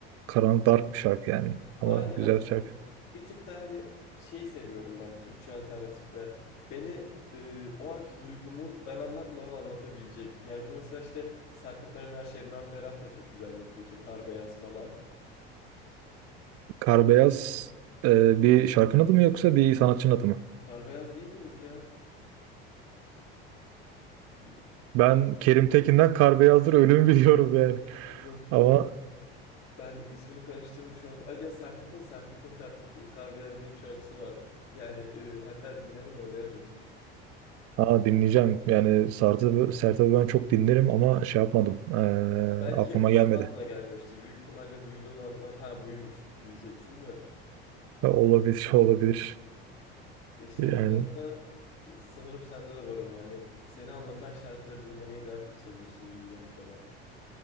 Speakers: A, on the right (about 55°); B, on the left (about 65°).
A: karanlık dark bir şarkı yani ama
B: Aynen
A: güzel
B: aynen.
A: bir şarkı.
B: Hani Bir tık daha hani şey seviyorum ben Türkçe alternatifte. Beni e, o anki duygumu ben anlatmadan anlatabilecek. Yani bunu mesela işte Sertab Erener, Şebnem Ferah da çok güzel yapıyor. İşte Kar Beyaz falan.
A: Kar Beyaz e, bir şarkının adı mı yoksa bir sanatçının adı mı?
B: Kar beyaz değil miydi ya? Bir de-
A: Ben
B: Fa-
A: Kerim Tekin'den Kar Beyazdır Ölümü biliyorum yani.
B: Yok yok.
A: Ama
B: Ben ismini karıştırmış oldum. Ay ya Sertab'ın Sertab'ın Kar, Kar Beyaz diye bir şarkısı var. Yani e, hatta dinlemeni öneririm.
A: ha, dinleyeceğim. Yani Sartı, Sertab'ı ben çok dinlerim ama şey yapmadım. Ee,
B: Ya Ee, belki
A: aklıma
B: ismi
A: gelmedi.
B: aklına gelmemiştir. Büyük ihtimalle duyduğun anda ha buymuş diyeceksin de.
A: Ha, Olabilir, <laughs> olabilir.
B: E işte
A: Yani
B: hani biraz daha e, sanırım sende de var o hani seni anlatan şarkıları dinlemeyi daha çok seviyorsun gibi geldi bana.